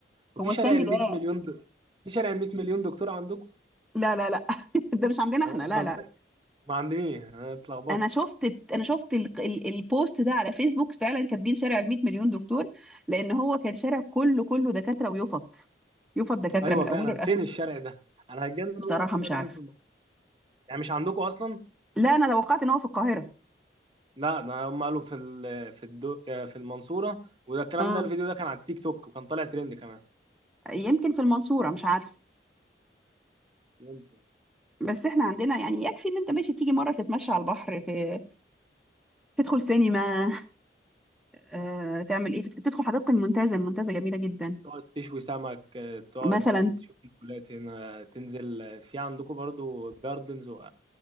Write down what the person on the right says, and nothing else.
وفي
شارع
ال
100 مليون د... في شارع ال 100 مليون دكتور عندكم
هو-
امال
ده ما عندنيش انا اتلخبطت
ايوه
فعلا
فين الشارع ده انا هتجنن
واعرف الشارع
ده
فين في المنطقة يعني مش عندكم اصلا
لا ده هم قالوا في ال... في الدو... في المنصورة وده الكلام
ده الفيديو ده كان على التيك توك وكان طالع ترند كمان
يمكن
تقعد تشوي سمك آه، تقعد
تشوف البلاد هنا تنزل آه، في عندكم برضو جاردنز و-